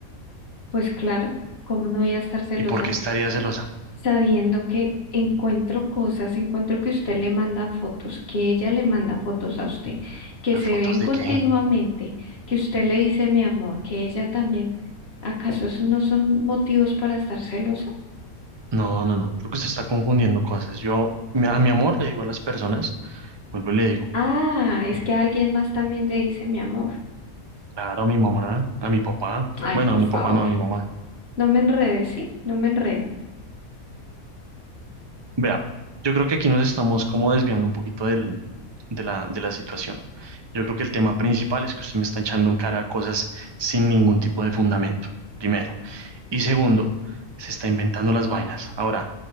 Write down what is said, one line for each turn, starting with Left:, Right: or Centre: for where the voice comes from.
Left: pues claro, ¿cómo no voy a estar celosa
Right: ¿Y por qué estaría celosa?
Left: sabiendo que encuentro cosas, encuentro que usted le manda fotos, que ella le manda fotos a usted, que
Right: pues
Left: se
Right: fotos
Left: ven continuamente,
Right: de qué?
Left: que usted le dice mi amor, que ella también. ¿Acaso esos no son motivos para estar celosa?
Right: No, no, no. Creo que se está confundiendo cosas. Yo mi- a mi amor le digo a las personas, vuelvo y le digo,
Left: Ah, es que alguien más también le dice mi amor.
Right: claro, a mi mamá, a mi papá.
Left: Ay,
Right: Bueno,
Left: por
Right: a mi
Left: favor,
Right: papá no, a mi mamá.
Left: no me enrede, ¿sí? No me enrede.
Right: Vea, yo creo que aquí nos estamos como desviando un poquito del, de la, de la situación. Yo creo que el tema principal es que usted me está echando en cara cosas sin ningún tipo de fundamento. Primero. Y segundo, se está inventando las vainas. Ahora,